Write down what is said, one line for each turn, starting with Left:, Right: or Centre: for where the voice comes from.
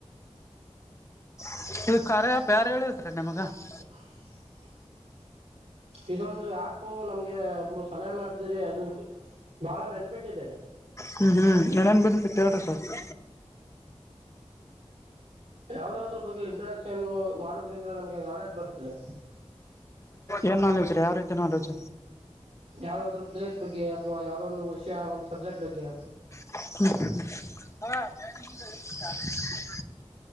Left: <inaudible>
Right: <inaudible> ಇದೊಂದು ಆ್ಯಪ್ ನಮ್ಗೆ ಒಬ್ರು ಸಲಹೆ ಮಾಡ್ದಿರಿ ಅದು ಬಹಳ ಬೆನಿಫಿಟ್ ಇದೆ.
Left: ಹ್ಮ ಹ್ಮ ಏನ್ ಏನ್ ಬೆನಿಫಿಟ್ ಹೇರ್ಳಿ ಸ್ವಲ್ಪ.
Right: ಯಾವ್ದಾದ್ರ್ ಬಗ್ಗೆ ಇಂಟ್ರೆಸ್ಟಿಂದ ಮಾಡದ್ರಿಂದ ನಮ್ಗೆ ನಾಲೆಜ್ ಬರ್ತದೆ.
Left: ಏನ್ ನಾಲೆಜ್ ರಿ ಯಾವ್ ರೀತಿ ನಾಲೆಜ್?
Right: ಯಾವ್ದಾದ್ರು ಪ್ಲೇಸ್ ಬಗ್ಗೆ ಅಥವ ಯಾವ್ದಾದ್ರು ಒಂದು ವಿಷಯ ಒಂದ್ ಸಬ್ಜೆಕ್ಟ್ ಬಗ್ಗೆ
Left: ಹ ಹ <unintelligible>